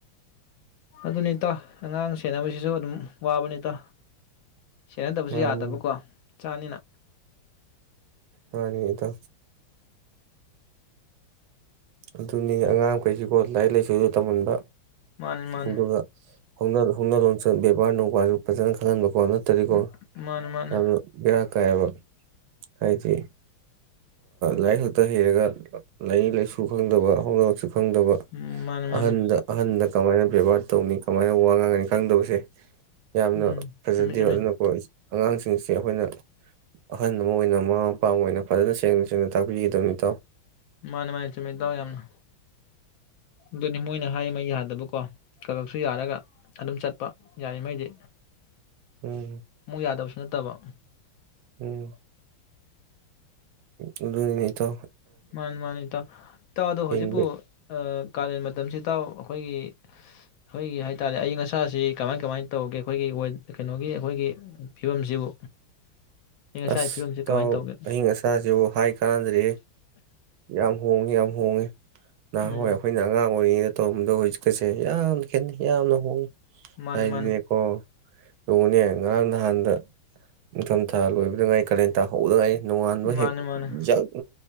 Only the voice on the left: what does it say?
ꯑꯗꯨꯅꯤꯇꯣ ꯑꯉꯥꯡ ꯁꯦꯟꯅꯕꯁꯤꯁꯨ ꯋꯥꯕꯅꯤꯇ ꯁꯦꯟꯅꯗꯕꯁꯨ
ꯌꯥꯗꯕꯀꯣ ꯆꯥꯅꯤꯅ
ꯃꯥꯅꯤ ꯃꯥꯅꯤ
ꯎꯝ ꯃꯥꯅꯤ ꯃꯥꯅꯤ
ꯎꯝ ꯃꯥꯅꯤ ꯃꯥꯅꯤ
ꯎꯝ
ꯆꯨꯝꯃꯤ ꯆꯨꯝꯃꯤ
ꯃꯥꯅꯦ ꯃꯥꯅꯦ ꯆꯨꯝꯃꯤ ꯏ ꯇꯥꯎ ꯌꯥꯝꯅ ꯑꯗꯨꯅꯤ ꯃꯣꯏꯅ ꯍꯥꯏꯔꯤ ꯃ ꯌꯥꯗꯕꯀꯣ ꯀꯀꯛꯁꯨ ꯌꯥꯔꯒ ꯑꯗꯨꯝ ꯆꯠꯄ ꯌꯥꯔꯤꯉꯩꯗꯤ
ꯑꯃꯨꯛ ꯌꯥꯗꯕꯁꯨ ꯅꯠꯇꯕ
ꯃꯥꯅꯤ ꯃꯥꯅꯤ ꯏꯇꯥꯎ ꯇꯥꯎꯗꯣ ꯍꯧꯖꯤꯛꯄꯨ
ꯑ ꯀꯥꯂꯦꯟ ꯃꯇꯝꯁꯤꯇꯥꯎ ꯑꯩꯈꯣꯏꯒꯤ ꯑꯩꯈꯣꯏꯒꯤ ꯍꯥꯏ ꯇꯥꯔꯦ ꯑꯏꯪ ꯑꯁꯥꯁꯤ ꯀꯃꯥꯏ ꯀꯃꯥꯏ ꯇꯧꯒꯦ ꯑꯩꯈꯣꯏꯒꯤ ꯀꯩꯅꯣꯒꯤ ꯑꯩꯈꯣꯏꯒꯤ ꯐꯤꯕꯝꯁꯤꯕꯨ ꯑꯏꯪ ꯑꯁꯥꯒꯤ
ꯐꯤꯕꯝꯁꯤ
ꯀꯃꯥꯏꯅ ꯇꯧꯒꯦ
ꯎꯝ
ꯃꯥꯅꯤ
ꯃꯥꯅꯤ
ꯃꯥꯅꯦ
ꯃꯥꯅꯦ